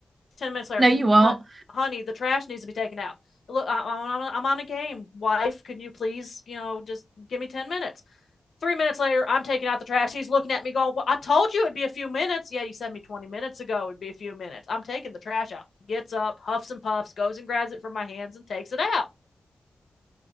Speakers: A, on the left; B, on the right.
A: 10 minutes later,
B: No, you won't.
A: "Hon- honey, the trash needs to be taken out. Look, I, I'm, I'm on a game. Wife, can you please, you know, just give me 10 minutes? Three minutes later, I'm taking out the trash. He's looking at me going, Well, I told you it'd be a few minutes. Yeah, you said me 20 minutes ago it'd be a few minutes. I'm taking the trash out. He gets up, huffs and puffs, goes and grabs it from my hands and takes it out.